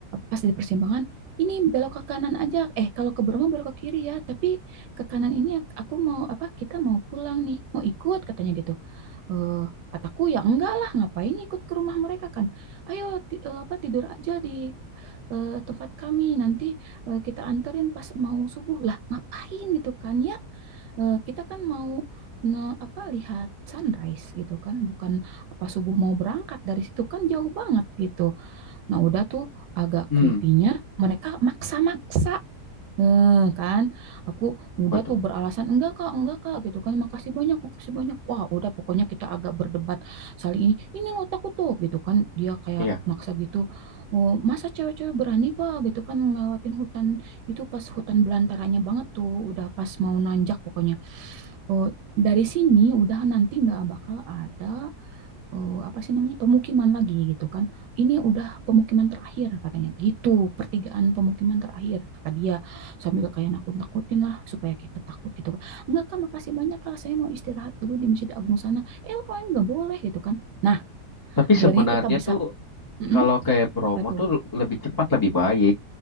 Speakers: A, on the right; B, on the left.
A: pas di persimpangan ini belok ke kanan aja. Eh kalau ke Bromo belok ke kiri ya. Tapi ke kanan ini aku mau apa? Kita mau pulang nih. Mau ikut katanya gitu. Eh, kataku ya enggak lah ngapain ikut ke rumah mereka kan ayo ti- eh, apa tidur aja di eh, tempat kami nanti eh, kita anterin pas mau subuh lah ngapain gitu kan ya Eh, kita kan mau ne- apa lihat sunrise gitu kan bukan apa subuh mau berangkat dari situ kan jauh banget gitu nah udah tuh agak
B: Hmm.
A: creepy-nya mereka maksa-maksa Eh, kan aku udah
B: Waduh.
A: tuh beralasan enggak kak enggak kak gitu kan makasih banyak makasih banyak wah udah pokoknya kita agak berdebat saling ini ini loh takut tuh gitu kan dia kayak
B: Iya.
A: maksa gitu oh masa cewek-cewek berani pak gitu kan ngelewatin hutan itu pas hutan belantaranya banget tuh udah pas mau nanjak pokoknya oh dari sini udah nanti nggak bakal ada eh, apa sih namanya pemukiman lagi gitu kan ini udah pemukiman terakhir katanya gitu pertigaan pemukiman terakhir kata dia sambil kayak nakut-nakutin lah supaya kita takut gitu kan enggak kak makasih banyak kak saya mau istirahat dulu di Masjid Agung sana eh kalian nggak boleh gitu kan nah
B: Tapi sebenarnya
A: akhirnya kita bisa
B: tuh
A: "Mm-mm,
B: kalau kayak Bromo
A: apa tuh
B: tuh lebih cepat lebih baik.